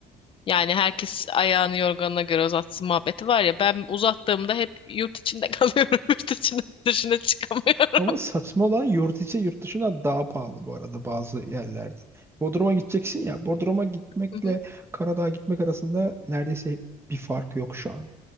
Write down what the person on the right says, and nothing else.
Ama saçma olan yurt içi yurt dışına daha pahalı bu arada bazı yerlerde. Bodrum'a gideceksin ya. Bodrum'a gitmekle
Karadağ'a gitmek arasında neredeyse bir fark yok şu an.